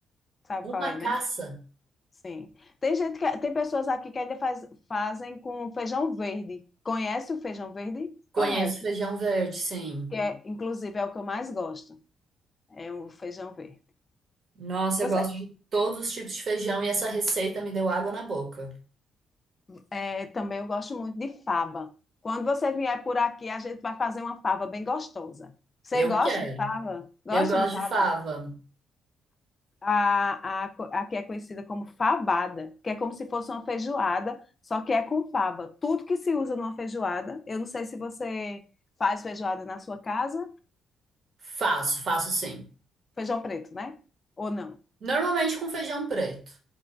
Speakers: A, on the left; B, on the right.
A: sabe
B: Uma
A: qual é, né?
B: caça.
A: Sim. Tem gente que, tem pessoas aqui que ainda faz, fazem com feijão verde. Conhece o feijão verde?
B: Conheço
A: Conhece,
B: feijão verde, sim.
A: que é, inclusive é o que eu mais gosto, é o feijão verde.
B: Nossa,
A: Você,
B: eu gosto de todos os tipos de feijão e essa receita me deu água na boca.
A: é, também eu gosto muito de fava. Quando você vier por aqui, a gente vai fazer uma fava bem gostosa. Você
B: Eu
A: gosta
B: quero.
A: de fava? Gosta
B: Eu gosto
A: de fava?
B: de fava.
A: A, a, co- a que é conhecida como fabada, que é como se fosse uma feijoada, só que é com fava. Tudo que se usa numa feijoada, eu não sei se você faz feijoada na sua casa.
B: Faço, faço sim.
A: Feijão preto, né? Ou não?
B: Normalmente com feijão preto.